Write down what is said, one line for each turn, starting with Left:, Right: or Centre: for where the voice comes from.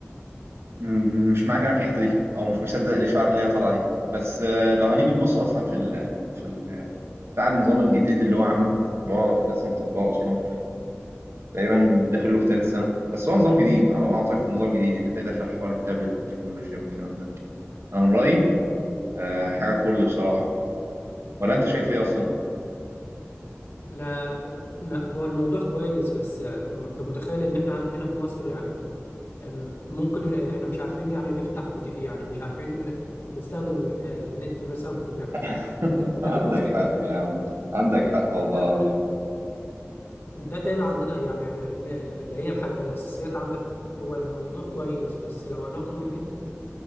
Right: م- مش معاك انا في الحته دي او مش مصدق الاشاعه اللي هي طالعه دي بس آه، لو هنيجي نبص اصلا في ال في ال بتاع النظام الجديد اللي هو عامله اللي هو لسه مطبقه اصلا تقريبا داخل له في ثالث سنه بس هو نظام جديد على ما اعتقد نظام جديد ان انت يدخل حوار التابلت والتكنولوجيا والكلام ده انا من رايي آه، حاجه فل بصراحه ولا انت شايف ايه اصلا
Left: لا لا هو الموضوع كويس بس انت متخيل ان احنا هنا في مصر يعني أم، ممكن احنا مش عارفين يعني نفتح فيديو يعني مش عارفين نستخدم ال- النت مثلا في انك
Right: <laughs>
Left: الحاجات
Right: عندك
Left: البسيطة
Right: حق
Left: فاهم
Right: يا عم عندك حق والله
Left: تخيل
Right: العظيم
Left: الداتا هنا عندنا يعني ان ال- اللي هي الحاجة الاساسيات عندك هو الموضوع كويس بس لو هناخده من حتة